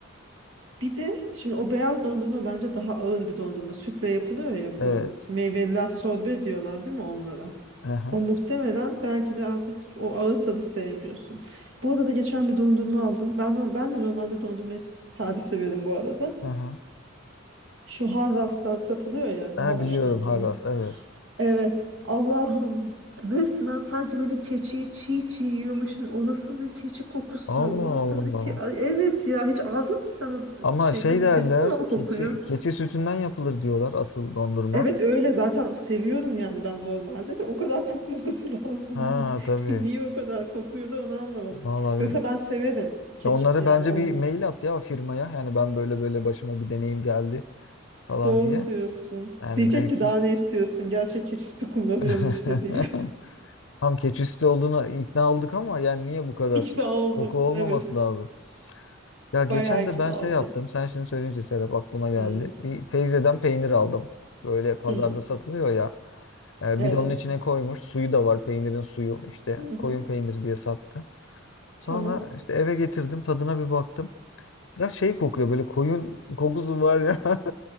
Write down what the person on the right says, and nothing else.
Bir de şimdi o beyaz dondurma bence daha ağır bir dondurma. Sütle yapılıyor ya
bu meyveliler sorbe diyorlar değil mi onlara?
O muhtemelen belki de artık o ağır tadı sevmiyorsun. Bu arada geçen bir dondurma aldım. Ben no- ben de normalde dondurmayı sade severim bu arada.
Şu Harras'ta satılıyor ya
Maraş
dondurma.
Evet. Allah'ım resmen sanki böyle keçiyi çiğ çiğ yiyormuşum. O nasıl bir keçi kokusu?
O nasıl
bir ki? Ay, evet ya hiç aldın mı sen o
şeyden?
Hissettin
mi o
kokuyu?
Evet öyle zaten seviyorum yani ben normalde de o kadar kokmaması <laughs> lazımdı.
Niye o kadar kokuyordu onu anlamadım.
Yoksa
ben severim keçi
yani
o
doğru
diyorsun.
Diyecek
ki daha ne istiyorsun? Gerçek keçi sütü kullanıyoruz
işte diye.
<laughs>
İkna oldum.
Evet.
Bayağı ikna
oldum.
Hı,
hı,
Evet.
Hı hı,
Tamam.